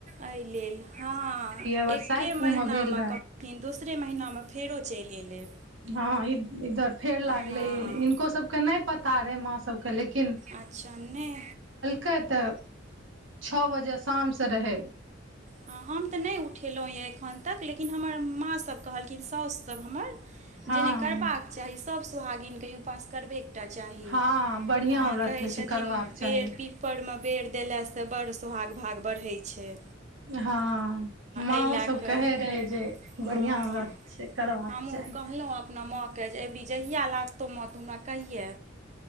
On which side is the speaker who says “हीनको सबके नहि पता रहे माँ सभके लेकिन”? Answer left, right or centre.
Right